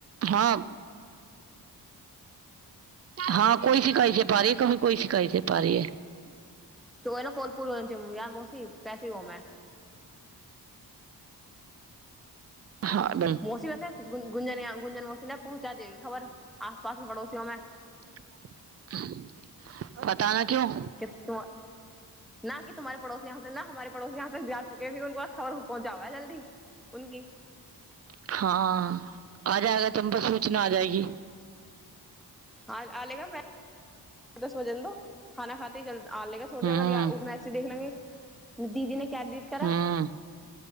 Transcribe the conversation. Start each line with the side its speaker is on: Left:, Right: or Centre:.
Right: हाँ
Centre: <unintelligible>
Right: हाँ कोई शिकाई से पा रीऐ कभी कोई शिकाई से पा रीऐ
Centre: त ओ ने कोन पूर हो छै यार मौसी कैसी होमे
Right: हाँ बन
Centre: मौसी वैसे गुजन गुंजन मौसी ने पहुँचा दी खबर आस पास के पड़ोसियोमे
Right: <inaudible> पता ना क्यों
Centre: त न कि तुमहारे पड़ोसी यहाँ तक न हमारे पड़ोसी यहाँ तक जा चुक ह भ उको आओर पहुँचााब जल्दी उनकी
Right: हाँ आ जाएगा तम्प सूचना आ जाएगी।
Centre: ह आ लेगा मै दस बजन द खाना खाते है जल्दी आ लेगा थोड़
Right: हम्म
Centre: ज मैसी देख लेंगे दीदी ने क्य डीट करा
Right: हम्म